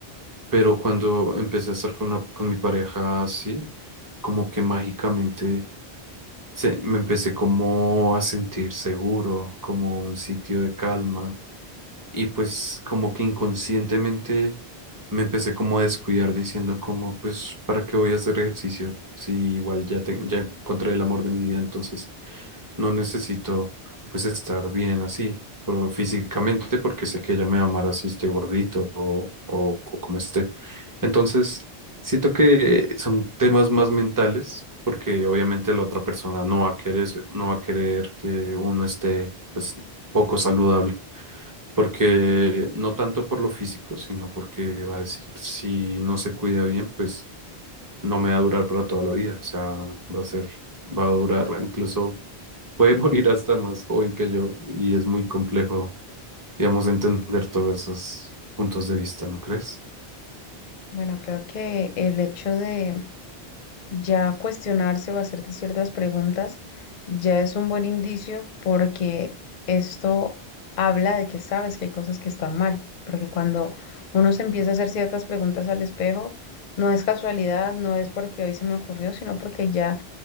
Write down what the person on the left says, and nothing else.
Bueno, creo que el hecho de ya cuestionarse o hacerte ciertas preguntas ya es un buen indicio porque esto habla de que sabes que hay cosas que están mal, porque cuando uno se empieza a hacer ciertas preguntas al espejo, no es casualidad, no es porque hoy se me ocurrió, sino porque ya